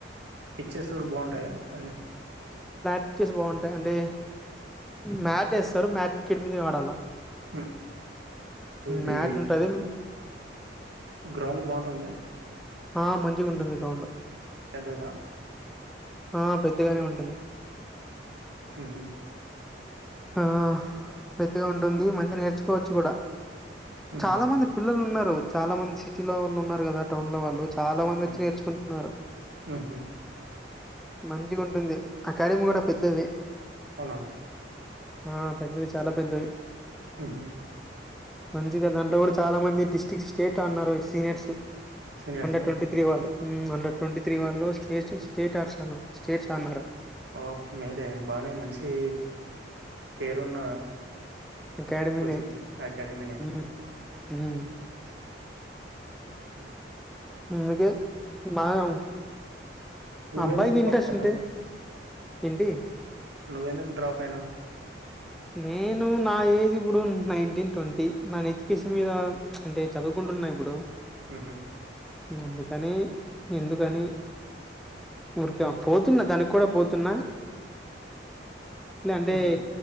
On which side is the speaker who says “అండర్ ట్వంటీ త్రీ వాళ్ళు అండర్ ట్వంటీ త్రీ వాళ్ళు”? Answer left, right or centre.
Centre